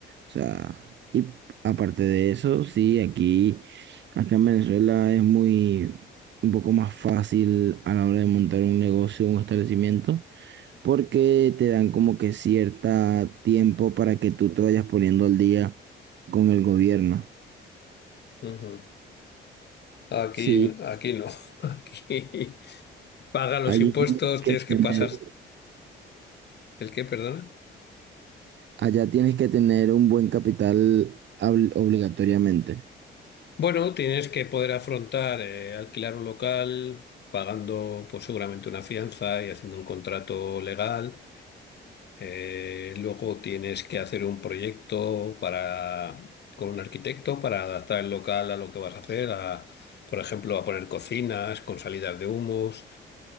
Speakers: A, on the right (about 65°); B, on the left (about 60°).
A: O sea, y aparte de eso, sí, aquí, acá en Venezuela es muy, un poco más fácil a la hora de montar un negocio, un establecimiento. porque te dan como que cierta tiempo para que tú te vayas poniendo al día con el gobierno.
B: Ujú. Aquí,
A: Sí,
B: aquí no. <laughs> Aquí paga los
A: allí
B: impuestos,
A: tienes que
B: tienes
A: tener,
B: que pasar. ¿El qué, perdona?
A: allá tienes que tener un buen capital habl- obligatoriamente.
B: Bueno, tienes que poder afrontar eh, alquilar un local pagando pues seguramente una fianza y haciendo un contrato legal. Eh, luego tienes que hacer un proyecto para con un arquitecto para adaptar el local a lo que vas a hacer, a, por ejemplo, a poner cocinas con salidas de humos.